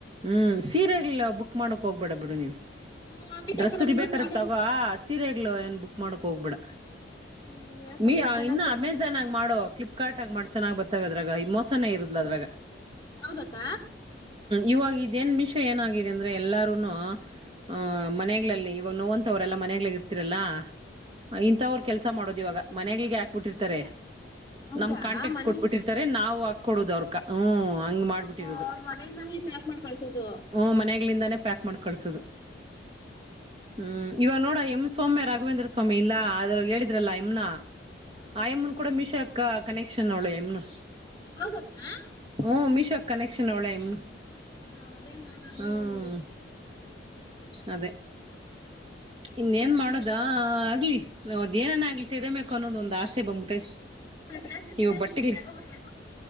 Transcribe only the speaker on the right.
ಹ್ಮ್ ಸೀರೆಗಲ್ ಬುಕ್ ಮಾಡು ಕೊಗ್ಬೇಡ ಬಿಡು ನೀನ್.
ಡ್ರೆಸ್ಗುಲ್
ಬೇಕರೆ
ತಗೋ ಅ ಸಿ ಸೀರೆಗ್ಲೂ ಏನ್ ಬುಕ್ ಮಾಡಕ್ ಹೋಗ್ಬೇಡ.
ಮಿ
ಇನ್ನ
ಅಮೆಜಾನ್ ಆಗ್ ಮಾಡು ಕ್ಲಿಪ್ ಫ್ಲಿಪ್ಕಾರ್ಟ್ ಆಗ್ ಮಾಡ್ ಚೆನ್ನ್ ಬರ್ತವೆ ಅದ್ರಾಗ ಈ ಮೋಸನೇ ಇರದ್ಲ ಅದ್ರಗ.
ಇವಾಗ ಇದೇನ್ ಮಿಶೋ ಏನಾಗಿದೆ ಅಂದ್ರೆ ಎಲ್ಲಾರುನು. ಹ ಮನೆಗ್ಳಲ್ಲಿ ಇವಾಗ್ ನೋನ್ ತೋವ್ರೆಲ್ಲ ಮನೆಗ್ಳಲ್ ತಿರಲ್ಲ ಅ ಇಂತವ್ರು ಕೆಲ್ಸ ಮಾಡ್ ಇವಗ ಮನೆಗ್ಳಿಗೆ ಹಾಕ್ಬಿಟ್ಟಿರ್ತಾರೆ.
ನಮ್ ಕಾಂಟ್ಯಾಕ್ಟ್
ಕೊಟ್ಬಿಟ್ಟಿರ್ತಾರೆ ನಾವು ಕೊಡುದ್ ಅವ್ರಕ ಹ್ಮ್. ಹಂಗ್ ಮಾಡ್ಬಿಟ್ಟಿರೋದು
ಹ್ಮ್ ಮನೆಗ್ಲಿಂದಾನೇ ಪ್ಯಾಕ್ ಮಾಡ್ ಕಳ್ಸೋದು. ಹ್ಮ್ ಇವಾಗ್ ನೋಡೋ ಎಮ್ ಸೊಮ್ಯ ರಾಘವೇಂದ್ರ ಸ್ವಾಮಿ ಇಲ್ಲ ಆದ್ರ್ ಹೇಳಿದ್ರಲ್ಲ ಅಎಮ್ನು
ಆಯಮನ್ ಕೂಡ ಮೀಶೋ ಕ ಕನೆಕ್ಷನ್ ನೋಳ್ ಆ ಎಮ್ನು.
ಹು ಮಿಶ್ ಕನೆಕ್ಷನ್ ಅವ್ಳೆ ಎಮ್ನು.
ಹ್ಮ್
ಅದೇ. ಇನ್ನೇನ್
ಮಾಡೊದ
ಆಗ್ಲಿ. ನೌದ ಏನನ ಆಗ್ಲಿ ತಿದೆಮೇಕ್ ಅನ್ನೋದೊಂದ್ ಅಸ್ ಸೆ ಬಂಬುಟ್ ಐವ್
ಇವ
ಬಟ್ಟೆಗ್ಳ್.